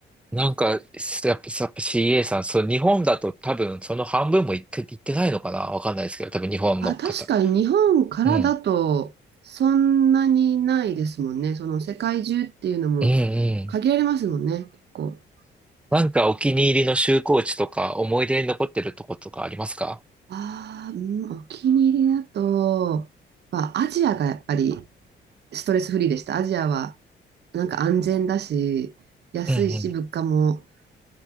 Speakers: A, in the centre; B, on the right.
A: なんか、すやっぱ、やっぱ CA さん、そう、日本だと多分その半分も行って、行ってないのかなわかんないですけど、多分日本の方。
B: あ、確かに日本からだと、
A: うん。
B: そんなにないですもんね。その世界中っていうのも
A: うんうん。
B: 限られますもんね、結構。
A: なんかお気に入りの就航地とか、思い出に残ってるとことかありますか
B: ああ、うん、お気に入りだと、まあ、アジアがやっぱりストレスフリーでした。アジアはなんか安全だし、安いし、
A: うんうん。
B: 物価も